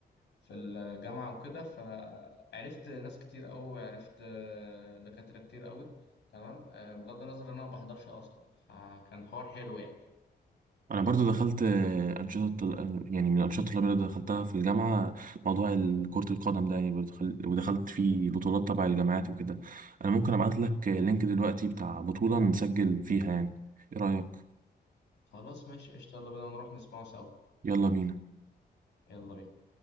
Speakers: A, on the left; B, on the right.
A: في الجامعة وكده فعرفت ناس كتير قوي عرفت آه، دكاترة كتير قوي تمام آه، بغض النظر ان انا ما بحضرش اصلا فكان حوار حلو يعني
B: انا برضو دخلت آه، انشطه الطل- يعني من الانشطه الطلابيه اللي دخلتها في الجامعه موضوع ال- كره القدم ده يعني برضو دخل- ودخلت فيه بطولات تبع الجامعات وكده انا ممكن ابعت لك آه، لينك دلوقتي بتاع بطوله نسجل فيها يعني ايه رايك
A: خلاص ماشي قشطة يلا بينا نروح نسمعه سوا
B: يلا بينا
A: يلا بينا